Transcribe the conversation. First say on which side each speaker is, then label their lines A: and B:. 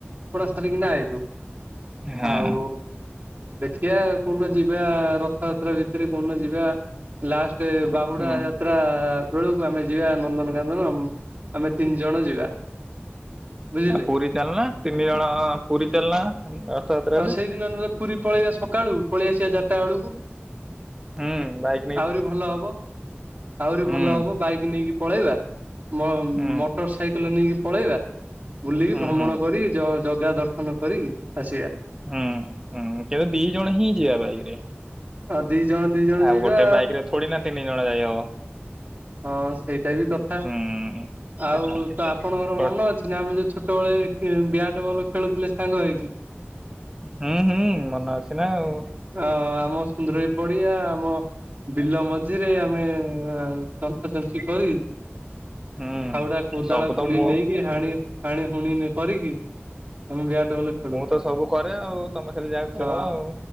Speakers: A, on the right; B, on the right.
A: ପଢା ସାରିକିନା ଆଇଲୁ।
B: ହଁ
A: ଆଉ ଦେଖ ଖିଆ କୋଉଦିନ ଯିବା ରଥଯାତ୍ରା ଭିତରେ କୋଉଦିନ ଯିବା ଲାଷ୍ଟ ବାହୁଡା
B: ହୁଁ।
A: ଯା ଯାତ୍ରା ବେଳକୁ ଆମେ ଯିବା ନନ୍ଦନକାନନ ଆମେ ତିନି ଜଣ ଯିବା। ବୁଝିଲେ
B: ପୁରୀ ଚାଲୁନା ତିନି ଜଣ ପୁରୀ ଚାଲୁନା ରଥଯାତ୍ରାରେ।
A: ଆଉ ସେଇଦିନ ନହେଲେ ପୁରୀ ପଳେଇବା ସକାଳୁ ପଳେଇ ଆସିବା ଚାରିଟା ବେଳକୁ।
B: ହୁଁ ବାଇକ୍
A: ଆହୁରି ଭଲ ହବ ଆହୁରି
B: ହୁଁ।
A: ଭଲ ହବ ବାଇକ ନେଇକି ପଳେଇବା। ମ
B: ହୁଁ
A: ମୋଟର ସାଇକେଲ ନେଇକି ପଳେଇବା। ବୁଲିକି
B: ହୁଁ
A: ଭ୍ରମଣ
B: ହୁଁ
A: କର ଯ ଜଗା ଦର୍ ନ କରିକି ଆସିବା।
B: ହୁଁ ହୁଁ କିନ୍ତୁ ଦି ଜଣ ହିଁ ଯିବା ବାଇକ୍ ରେ।
A: ଆଉ ଦି ଜଣ ଦି ଜଣ
B: ଆଉ
A: ଯିବା।
B: ଗୋଟେ ବାଇକ ରେ ଥୋଡି ନା ତିନି ଜଣ ଯାଇହବ।
A: ହଁ ସେଇଟା ବି କଥା
B: ହୁଁ
A: ଆଉ
B: ତାହା
A: ତ ଆପଣଙ୍କର
B: ହୁଁ
A: ମନ ଅଛି? ସ ଆମେ ଯୋଉ ଛୋଟବେଳେ ବ୍ୟାଟ୍ ବଲ ଖେଳୁଥିଲେ ସାଙ୍ଗ ହେଇକି
B: ହୁଁ ହୁଁ ମନ ଅଛି ନା ଆଉ।
A: ହ ଆମ ସୁନ୍ଦର ବି ପଡିଆ ଆମ ବିଲ ମଝିରେ ଆମେ ଚଞ୍ଚ୍ଛା ଚଞ୍ଛି କରି
B: ହୁଁ
A: ଫାଉଡା କୋଦାଳ
B: ସବୁ ତ
A: କୋଡି
B: ମୁଁ
A: ନେଇକି ଆ ହାଣି ହାଣି ହୁଣିନେ କରିକି ଆମେ ବ୍ୟାଟ ବଲ ଖେଳୁ
B: ମୁଁ ତ ସବୁ କରେ ଆଉ ତମେ ଖାଲି ଯାହା
A: ଅ
B: ଖେଳ ଆଉ।